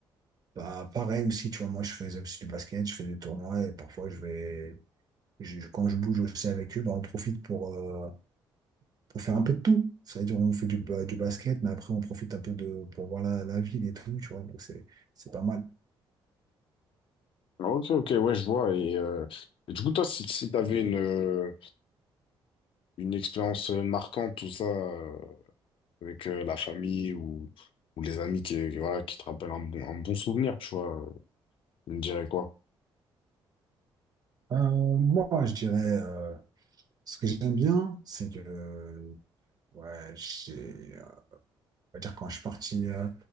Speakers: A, on the right; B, on the left.
A: bah, pareil aussi, tu vois, moi, je faisais aussi du basket, je fais des tournois et parfois, je vais, je- je- quand je bouge aussi avec eux, bah, on profite pour, euh, pour faire un peu de tout. C'est-à-dire, on fait du, ba- du basket, mais après, on profite un peu de, pour voir la, la ville et tout, tu vois, donc c'est, c'est pas mal.
B: Ah, Ok, ok, ouais, je vois. Et, euh, et du coup, toi, si, si tu avais une, euh, une expérience euh, marquante, tout ça, euh, avec euh, la famille ou, ou les amis qui, qui, voilà, qui te rappellent un bon, un bon souvenir, tu vois, euh, tu me dirais quoi?
A: Euh, moi, je dirais, euh, ce que j'aime bien, c'est que, ouais, j'ai- On va dire quand je suis parti euh,